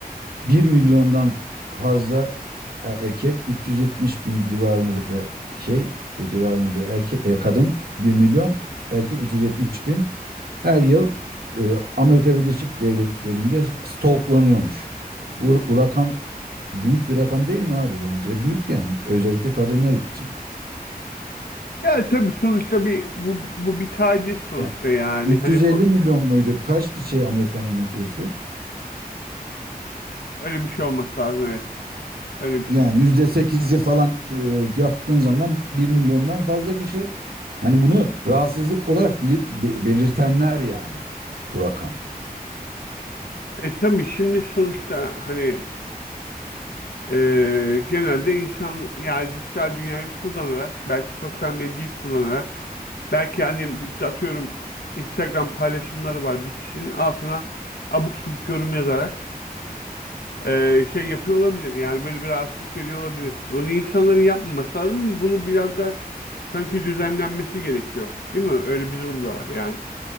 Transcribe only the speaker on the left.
Yani tabii sonuçta bir bu bu bir taciz sonuçta
yani.
Hani bu
öyle bir şey olması lazım evet. Öyle bir
şey.
E tabii şimdi sonuçta hani Ee, genelde insan yani dijital dünyayı kullanarak belki sosyal medyayı kullanarak belki hani bir- atıyorum Instagram paylaşımları var bir kişinin altına abuk subuk yorum yazarak ee, şey yapıyor olabilir yani böyle bir rahatsızlık veriyor olabilir. Bunu insanların yapmaması lazım ama bunu biraz da sanki düzenlenmesi gerekiyor değil mi? Öyle bir durum da var yani.